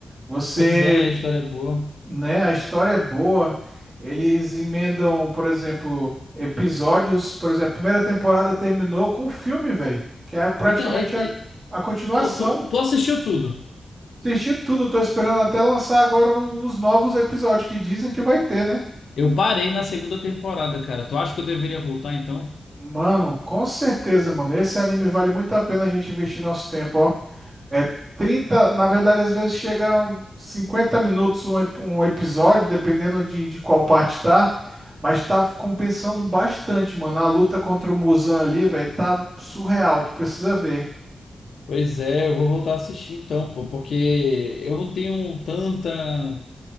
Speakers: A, on the right; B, on the left.
A: Você,
B: Pois é, a história é boa.
A: né, a história é boa. Eles emendam, por exemplo, episódios, por exemplo, a primeira temporada terminou com um filme, velho, que é praticamente
B: Então, é-
A: a,
B: é-
A: a continuação.
B: tu, tu, tu assistiu tudo.
A: Assisti tudo, tô esperando até lançar agora os novos episódios que dizem que vai ter, né?
B: Eu parei na segunda temporada, cara. Tu acha que eu deveria voltar então?
A: Mano, com certeza, mano. Esse anime vale muito a pena a gente investir nosso tempo, ó. É 30, na verdade, às vezes chega a um 50 minutos um, ep- um episódio, dependendo de, de qual parte tá. Mas tá compensando bastante, mano. A luta contra o Muzan ali, velho, tá surreal. Tu precisa ver.
B: Pois é, eu vou voltar a assistir então, pô, porque eu não tenho tanta,